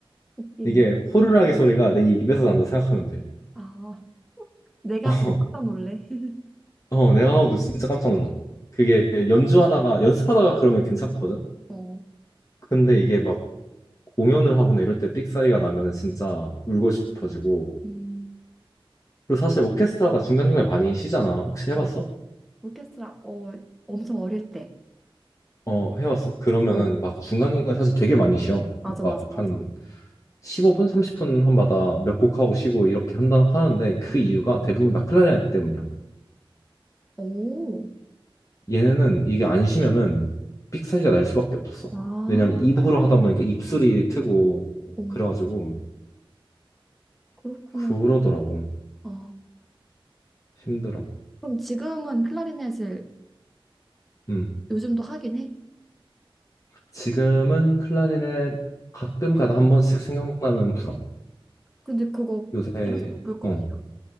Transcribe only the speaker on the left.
이게 호루라기 소리가 내 입에서 난다 생각하면 돼.
<laughs>
어, 레아하우드 진짜 깜짝 놀라. 그게 연주하다가 연습하다가 그러면 괜찮거든.
근데 이게 막 공연을 하거나 이럴 때 삑사리가 나면 진짜 울고 싶어지고.
그리고 사실 오케스트라다 중간중간에 많이 쉬잖아. 혹시 해봤어?
어, 해봤어. 그러면은
막 중간중간에 사실 되게 많이 쉬어.
막
한 15분, 30분 한마다 몇 곡 하고 쉬고 이렇게 한다 하는데 그 이유가
대부분 다 클라리넷 때문이야.
얘네는 이게 안 쉬면은 삑사리가 날 수밖에 없어.
왜냐면 입으로
하다 보니까 입술이 트고
그래가지고
그러더라고.
힘들어.
음.
지금은 클라리넷 가끔 가다 한 번씩 생각나면 불어.
요새
어